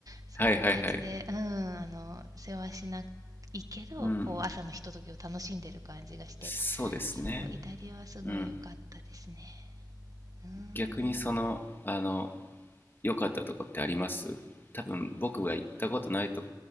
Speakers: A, on the right; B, on the left.
A: そんな感じでうんあの世話しないけどこう朝のひとときを楽しんでる感じがして
B: はいはいはい。うん。そうですね。
A: そうイタリアはすごい良かったですね
B: うん。
A: うーん
B: 逆にその、あの、良かったとこってあります多分僕が行ったことないと